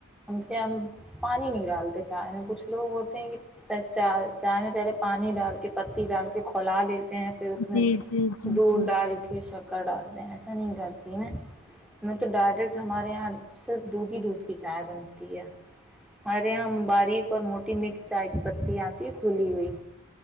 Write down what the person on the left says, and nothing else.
ہے
جی جی جی
جی